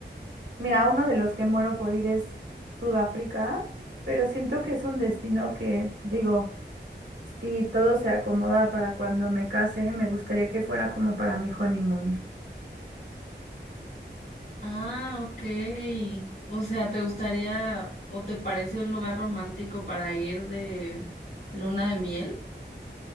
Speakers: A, on the right; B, on the left.
A: Mira, uno de los que muero por ir es Sudáfrica, pero siento que es un destino que, digo, si todo se acomoda para cuando me case, me gustaría que fuera como para mi honeymoon.
B: Ah, ok. O sea, ¿te gustaría o te parece un lugar romántico para ir de luna de miel?